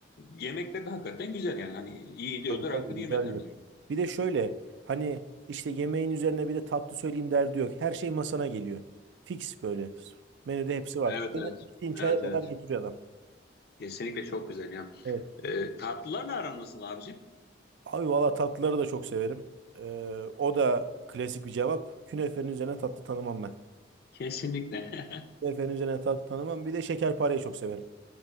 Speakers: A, on the left; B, on the right.
A: yemekleri de hakikaten güzel yani. Hani iyi ediyordur
B: Tabii
A: hakkını
B: tabii güzel
A: yeme derler.
B: diyor. Bir de şöyle hani işte yemeğin üzerine bir de tatlı söyleyeyim derdi yok. Her şey masana geliyor. Fix böyle. Menüde hepsi var.
A: Evet
B: Çayına,
A: evet.
B: içtiğin çaya
A: Evet
B: kadar
A: evet.
B: getiriyor adam.
A: Kesinlikle çok güzel ya.
B: Evet.
A: E, tatlılarla aran nasıl abicim?
B: Abi valla tatlıları da çok severim. Ee, o da klasik bir cevap. Künefenin üzerine tatlı tanımam ben.
A: Kesinlikle. <laughs>
B: Künefenin üzerine tatlı tanımam. Bir de şekerpareyi çok severim.